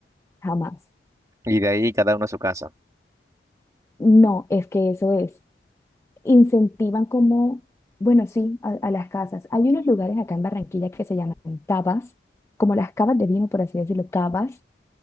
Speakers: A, on the left; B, on the right.
A: jamás.
B: Y de ahí cada uno a su casa.
A: No, es que eso es. incentivan como, bueno, sí, a, a las casas. Hay unos lugares acá en Barranquilla que se llaman cavas, como las cavas de vino, por así decirlo, cavas,